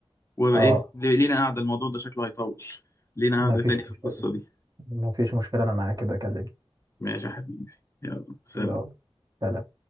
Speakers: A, on the left; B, on the right.
A: وايه
B: اه
A: لينا قاعده الموضوع ده شكله هيطول لينا قاعده
B: مفيش
A: تاني في
B: مشكلة
A: القصه دي
B: مفيش مشكلة انا معاك كده اكلمك
A: ماشي يا حبيبي يلا سلام
B: يلا سلام